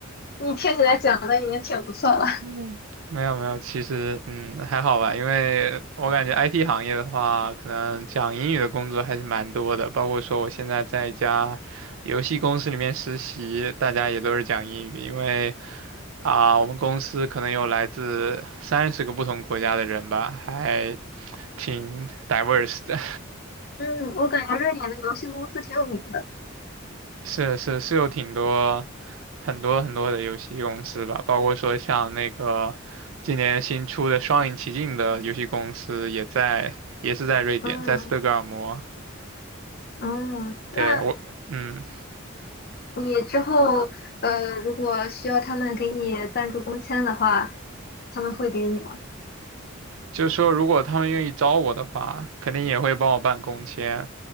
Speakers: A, on the left (about 50°); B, on the right (about 75°).
A: 你听起来讲的已经挺不错了。
B: 嗯没有没有，其实嗯还好吧，因为我感觉 IT 行业的话，可能讲英语的工作还是蛮多的，包括说我现在在一家游戏公司里面实习，大家也都是讲英语，因为啊、我们公司可能有来自三十个不同国家的人吧，还挺 diverse 的。
A: 嗯，我感觉瑞典的游戏公司挺有名的。
B: 是是是有挺多很多很多的游戏公司吧，包括说像那个今年新出的《双影奇境》的游戏公司也在也是在瑞典，
A: 嗯
B: 在斯德哥尔摩。
A: 嗯，
B: 对我，
A: 那
B: 嗯。
A: 你之后呃，如果需要他们给你赞助工签的话，他们会给你吗？
B: 就是说，如果他们愿意招我的话，肯定也会帮我办工签。